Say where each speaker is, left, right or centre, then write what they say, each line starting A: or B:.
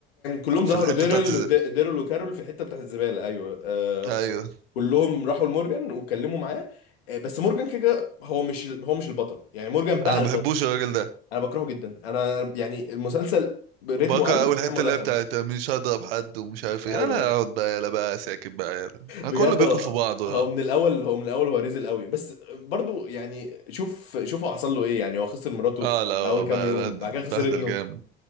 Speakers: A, on the left (about 80°); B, on the right (about 70°).
A: كلهم
B: في
A: ظهروا
B: الحتة
A: ديرل
B: بتاعت الز-
A: ديرل وكارول في الحته بتاعت الزباله ايوه آه،
B: ايوه
A: كلهم راحوا لمورجان واتكلموا معاه آه، بس مورجان كده كده هو مش ال- هو مش البطل يعني مورجان بقى
B: انا
A: البطل
B: ما بحبوش الراجل ده
A: انا بكرهه جدا انا يعني المسلسل رتمه
B: بكره
A: قل من
B: اول حته
A: ساعه ما
B: اللي
A: دخل
B: هي بتاعت مش هضرب حد ومش عارف ايه
A: ايوه
B: يلا اقعد بقى يلا بقى ساكت بقى يلا انا
A: بجد
B: كله بياكل
A: هو
B: في بعضه
A: هو
B: اه
A: من الاول هو من الاول هو رزل قوي بس برضو يعني شوف شوف هو حصل له ايه يعني هو خسر مراته
B: آه، لا آه،
A: في اول كام
B: بقى-
A: يوم
B: بهدل
A: بعد كده
B: بهدل
A: خسر ابنه
B: جامد